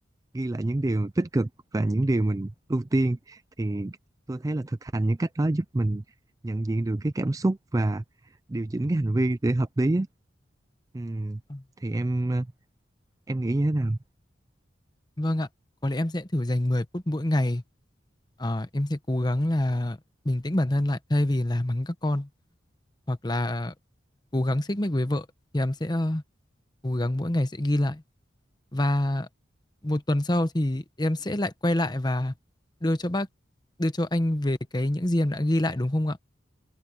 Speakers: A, on the right (about 20°); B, on the left (about 20°).
A: ghi lại những điều tích cực và những điều mình ưu tiên thì tôi thấy là thực hành những cách đó giúp mình nhận diện được cái cảm xúc và điều chỉnh cái hành vi để hợp lý á. Ừm,
B: à,
A: thì em ờ, em nghĩ như thế nào
B: Vâng ạ, có lẽ em sẽ thử dành 10 phút mỗi ngày. Ờ, em sẽ cố gắng là bình tĩnh bản thân lại thay vì là mắng các con hoặc là cố gắng xích mích với vợ thì em sẽ ờ, cố gắng mỗi ngày sẽ ghi lại. Và một tuần sau thì em sẽ lại quay lại và đưa cho bác, đưa cho anh về cái những gì em đã ghi lại đúng không ạ?